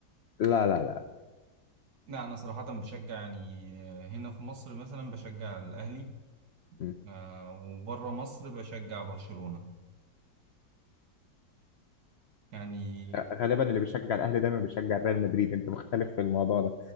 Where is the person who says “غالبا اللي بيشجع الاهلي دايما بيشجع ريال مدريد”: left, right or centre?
Left